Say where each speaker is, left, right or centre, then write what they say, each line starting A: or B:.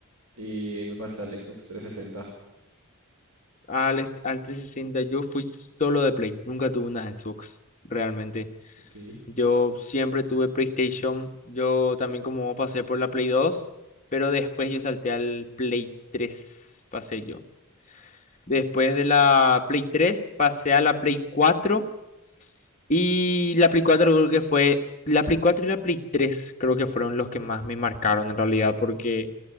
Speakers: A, on the right (about 75°); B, on the left (about 35°).
A: Y me pasé al Xbox 360.
B: Al, al 360 yo fui solo de Play, nunca tuve una Xbox, realmente.
A: ok.
B: Yo siempre tuve PlayStation. Yo también como vos pasé por la Play 2, pero después yo salté al Play 3, pasé yo. Después de la Play 3 pasé a la Play 4 y la Play 4 creo que fue, la Play 4 y la Play 3 creo que fueron los que más me marcaron en realidad porque